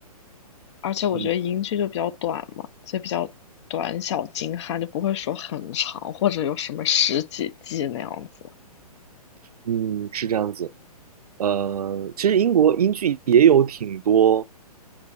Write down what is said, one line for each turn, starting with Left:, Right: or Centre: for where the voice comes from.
Left: 而且我觉得英剧就比较短嘛，
Right: 嗯
Left: 所以比较短小精悍，就不会说很长或者有什么十几季那样子。
Right: 嗯，是这样子。呃，其实英国英剧也有挺多。